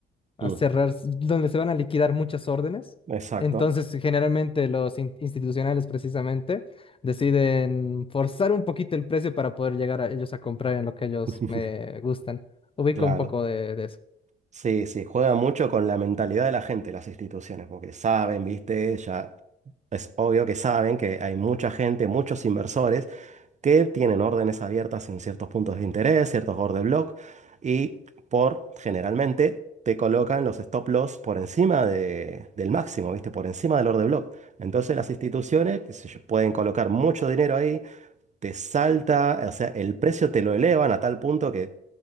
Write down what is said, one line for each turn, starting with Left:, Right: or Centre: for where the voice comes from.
Left: a
Right: Mm,
Left: cerrar, s- donde se van a liquidar muchas órdenes.
Right: Exacto.
Left: Entonces, generalmente los in- institucionales precisamente deciden forzar un poquito el precio para poder llegar a ellos a comprar en lo que ellos
Right: <laughs>
Left: me gustan. Ubico
Right: Claro,
Left: un poco de, de eso.
Right: sí, sí, juegan mucho con la mentalidad de la gente, las instituciones, porque saben, viste, ya es obvio que saben que hay mucha gente, muchos inversores que tienen órdenes abiertas en ciertos puntos de interés, ciertos order block, y por generalmente te colocan los stop loss por encima de- del máximo, ¿viste? Por encima del order block. Entonces las instituciones, qué sé yo, pueden colocar mucho dinero ahí te salta, o sea, el precio te lo elevan a tal punto que